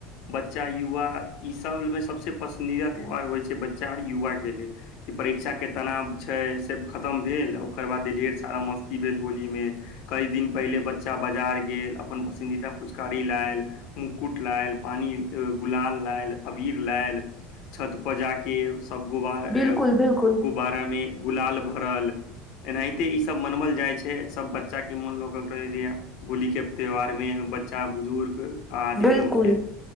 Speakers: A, on the left; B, in the centre.
A: बच्चा युवा ई सबमे सबस पसन्दीदा त्योहार होइ छै बच्चा आर युवा के लेल ई परीक्षाक के तनाव छै से खतम भेल ओकर बाद ढ़ेर सारा मस्ती भेल होली मे कई दिन पहिले बच्चा बाजार गेल अपन पसन्दीदा फुचकारी लायल मुक्कुट लायल पानी गुलाल लाय अबीर लाल छत पर जाके सब गुबारा
B: बिल्कुल बिल्कुल
A: गुब्बारा मे गुलाल भड़ल एनाहिते ई सब मनावल जाइ छै सब बच्चा के मन लगल रहै होली के त्योहार मे बच्चा बुजुर्ग आदमिय
B: बिल्कुल
A: ओके